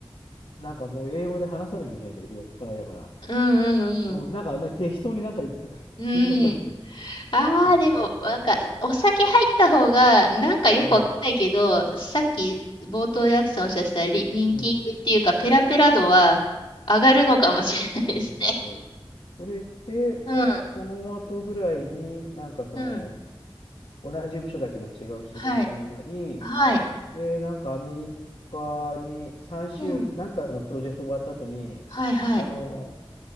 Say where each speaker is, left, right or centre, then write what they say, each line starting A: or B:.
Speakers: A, on the left; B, on the left.
A: なんかもう英語で話さなきゃいけないんだけど、酔っ払いだから。
B: うんうんうん。
A: うん、なんか、ね、適当になんか言ってた。<laughs>
B: うん。
A: 全然覚えてない。
B: ああ、
A: そうそうそうそう。
B: でも、なんか、お酒入った方が、なんかよくわかんないけど、
A: うん、
B: さっき冒頭でアキさんおっしゃってたリ、リンキングっていうか、
A: うん。
B: ペラペラ度は上がるのかもしれないですね。
A: おそうそれで、
B: うん。
A: その後ぐらいに、なんかその、
B: うん。
A: 同じ部署だけど違う仕事になり、
B: はい。はい。
A: で、なんかアメリカに3週、
B: うん。
A: なんかのプロジェクト終わった後に、
B: はいはい。
A: あの、